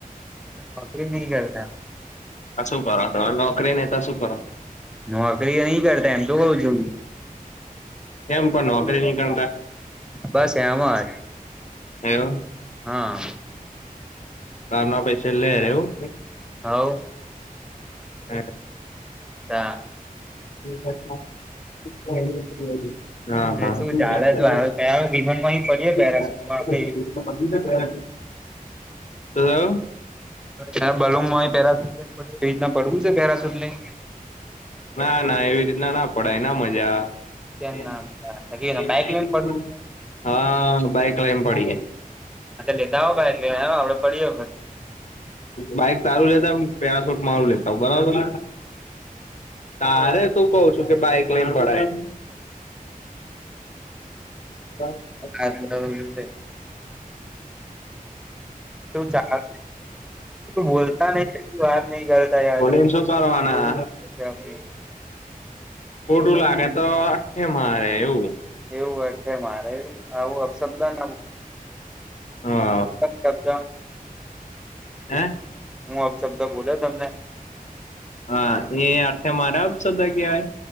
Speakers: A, in the centre; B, on the left (about 55°).
A: નોકરી નહી કરતા
B: શું કરો હો નોકરી નઈ તો શું કરો?
A: નોકરી નહી કરતા એમ તો કઉ છું
B: કેમ પણ નોકરી નહીં કરતા
A: બસ એમાંજ
B: એવું
A: હા.
B: બાર ના પૈસા લેર એવું
A: હઓ
B: હા.
A: દા
B: <unintelligible> હા
A: શું
B: હા <unintelligible>
A: ચાલે શું હવે પેરા વિમાનમાં અહી પડીએ પેરાસૂટમાં આપડે
B: તો થયું?
A: હા બલુમ હોય પેલા એવી રીતના પડવું છે પેરા સુટ લઈ
B: ના ના એવી રીતના ના પડાય ના મજા આવ <unintelligible>
A: કેમ ના બાઈક લઈને પડવું છે
B: હા બાઈક લઈ ને પડીએ.
A: અ લીધા વગર <unintelligible> આપડે પડીયો હે
B: બાઈક તારું લેતા આવુ પેરાશૂટ મારું લેતાવુ બરાબર તારે તું કઉ છુ કે બાઈક લઈને પડાય <unintelligible>
A: <unintelligible> શું ચા બોલતા નહીં વાત નહી કરતા યાર
B: બોલીને શું કરવાના
A: તમે <unintelligible>
B: ખોટું લાગે તો અટ્ઠે મારે એવું
A: એવું અઠ્ઠે મારે એવુ આવું અપશબ્દ ના બોલ
B: હા
A: અપશબ્દ
B: હા
A: હું અપશબ્દ બોલ્યો તમને
B: હા એ અર્થે મારા અપશબ્દ કહેવાય